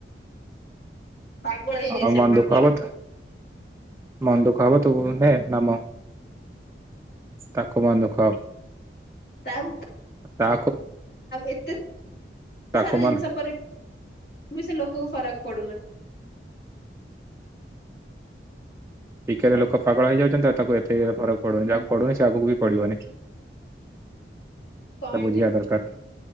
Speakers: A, on the left; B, on the right.
A: ପାଗଳ ହେଇଯାଇଛି
B: ଆଉ
A: ସେ
B: ମନ
A: ପାଗଳ।
B: ଦୁଃଖ ଜବତ ମନଦୁଖ ବ ତ ହଁ ନାମ ତାଙ୍କ ମନ ଦୁଃଖ ହେବ।
A: ତାବ
B: ତା
A: ଏତେ
B: ତାକୁ
A: ସାରା
B: ମନ
A: ଜିନିଷ ପରେ ବି ସେ ଲୋକଙ୍କୁ ଫରକ ପଡୁନାହିଁ।
B: ଟିକରେ ଲୋକ ପାଗଳ ହେଇଯାଉଛନ୍ତି ଆଉ ତାକୁ ଏତେ ଫରକ ପଡୁନି ଯାହାକୁ ପଡୁନି ସେ ଆଗକୁ ବି ପଡିବନି। ସେ
A: କଣ ହେଇଛି
B: ବୁଝିବା ଦରକାର।